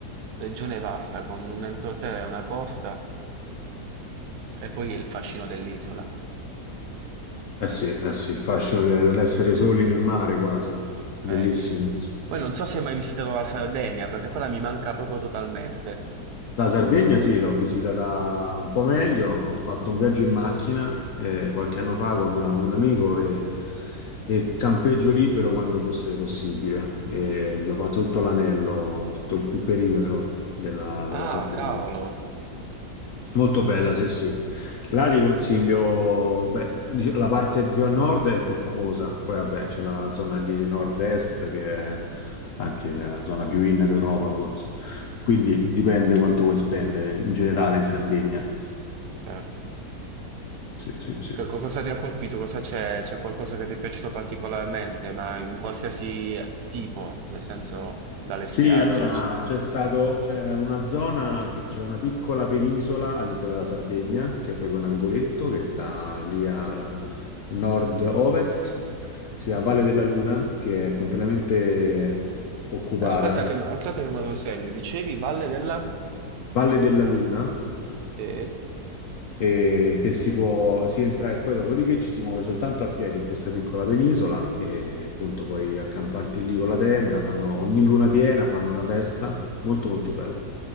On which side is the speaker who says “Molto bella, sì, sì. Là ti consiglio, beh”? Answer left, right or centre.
Left